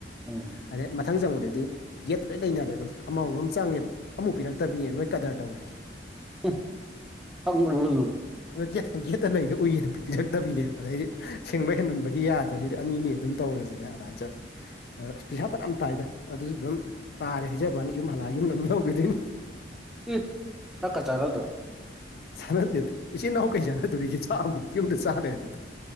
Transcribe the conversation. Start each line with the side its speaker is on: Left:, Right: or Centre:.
Centre: ꯎꯝ
Left: ꯑꯗꯩ ꯃꯊꯪ ꯆꯪꯕꯗꯗꯤ ꯒꯦꯠꯇ ꯂꯣꯏ ꯂꯩꯅꯔꯦ ꯑꯩꯈꯣꯏꯁꯦ ꯑꯃꯝ ꯑꯃꯝ ꯆꯪꯉꯦꯕ ꯑꯝꯃꯨꯛ ꯄꯤꯔꯛꯇꯕꯤꯅꯦ ꯅꯣꯏ ꯀꯗꯔ ꯇꯧꯋꯦ
Centre: ꯎꯝ <unintelligible>
Left: ꯅꯣꯏ ꯒꯦꯠ ꯒꯦꯠꯇ ꯂꯩꯔꯤꯗꯨ ꯎꯏꯑꯅ ꯄꯤꯔꯛꯇꯕꯤꯅꯦꯕ ꯑꯗꯩꯗꯤ ꯁꯤꯡꯕ ꯍꯦꯟꯃꯟꯕꯒꯤ ꯄꯤ ꯌꯥꯗ꯭ꯔꯁꯤꯗꯤ ꯑꯅꯤꯅꯤ ꯑꯗꯨꯝ ꯇꯧꯔꯁꯤꯅ ꯑꯗꯨꯃꯥꯏ ꯆꯠꯄ ꯑ ꯄꯩꯁꯥ ꯐꯅꯌꯥꯝ ꯇꯥꯏꯗ ꯑꯗꯨꯁꯨ ꯑꯗꯨꯝ ꯇꯥꯔꯦ ꯍꯥꯏꯖꯕꯋꯥꯅꯤ ꯌꯨꯝ ꯍꯜꯂꯛꯑ ꯌꯨꯝꯗ ꯑꯗꯨꯝ ꯂꯧꯒꯤꯗꯨꯏꯅꯤ
Centre: ꯏ ꯆꯥꯛꯀꯥ ꯆꯥꯅꯗ꯭ꯔꯣ
Left: ꯆꯥꯟꯅꯗꯦꯗ ꯏꯆꯤꯟ ꯏꯅꯥꯎ ꯀꯩ ꯆꯥꯟꯅꯗꯣꯔꯤꯒꯦ ꯆꯥꯛ ꯑꯃꯃꯨꯛ ꯌꯨꯝꯗ ꯆꯥꯔꯗꯨꯗ